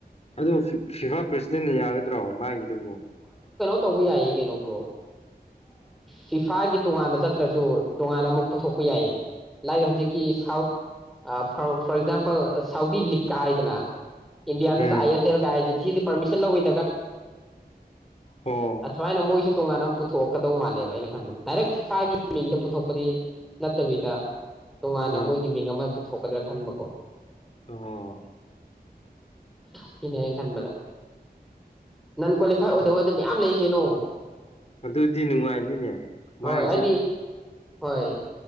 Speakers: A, on the left; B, in the centre.
A: ꯑꯗꯨ ꯐꯤꯐꯥ ꯄ꯭ꯔꯁꯤꯗꯦꯟꯅ ꯌꯥꯒꯗ꯭ꯔꯣ ꯃꯥꯒꯤꯗꯨꯕꯨ
B: ꯇꯧꯕ ꯌꯥꯏꯌꯦ ꯀꯩꯅꯣ꯭ꯔꯣ ꯐꯤꯐꯥꯒꯤ ꯇꯣꯉꯥꯟꯅ ꯆꯠꯇ꯭ꯔꯁꯨ ꯇꯣꯉꯥꯟꯅ ꯑꯃꯨꯛ ꯄꯨꯊꯣꯛꯄ ꯌꯥꯏꯌꯦ ꯂꯥꯏ ꯍꯧꯖꯤꯛꯀꯤ ꯁꯥꯎꯠ ꯐꯣꯔ ꯑꯦꯛꯖꯥꯝꯄꯜ ꯁꯥꯎꯗꯤ ꯂꯤꯛꯀ ꯍꯥꯏꯗꯅ ꯏꯟꯗꯤꯌꯥ ꯑꯥꯏ
A: ꯎꯝ
B: ꯑꯦꯁ ꯑꯦꯜ ꯀꯥꯏꯦ ꯄꯃꯤꯟ ꯂꯧꯋ
A: ꯑꯣ
B: ꯁꯃꯥꯏꯅ ꯃꯣꯏꯁꯨ ꯇꯣꯡ ꯄꯨꯊꯣꯛꯀꯗꯧ ꯃꯥꯜꯂꯦꯕ ꯑꯩꯅ ꯈꯟꯕꯗ ꯗꯥꯏꯔꯦꯛ ꯏꯁꯥꯒꯤ ꯃꯤꯡꯗ ꯄꯨꯊꯣꯛꯄꯗꯤ ꯅꯠꯇꯕꯤꯗ ꯇꯣꯉꯥꯟꯅ
A: ꯑꯥ
B: ꯃꯣꯏꯒꯤ ꯃꯤꯡ ꯑꯃ ꯄꯨꯊꯣꯛ ꯄꯗ꯭ꯔ ꯈꯥꯟꯕꯀꯣ
A: ꯑꯣ
B: ꯁꯤꯅꯦ ꯑꯩꯅ ꯈꯟꯕꯗ ꯅꯟ ꯀ꯭ꯋꯥꯂꯤꯐꯥꯏ ꯑꯣꯏꯗꯕ
A: ꯎꯝ
B: ꯑꯗꯨꯝ ꯃꯌꯥꯝ ꯂꯩ ꯅꯣ
A: ꯑꯗꯨꯗꯤ ꯅꯨꯡꯉꯥꯏꯅꯤꯅꯦ ꯃꯥꯏꯁꯦ
B: ꯍꯣꯏ ꯍꯥꯏꯗꯤ ꯍꯣꯏ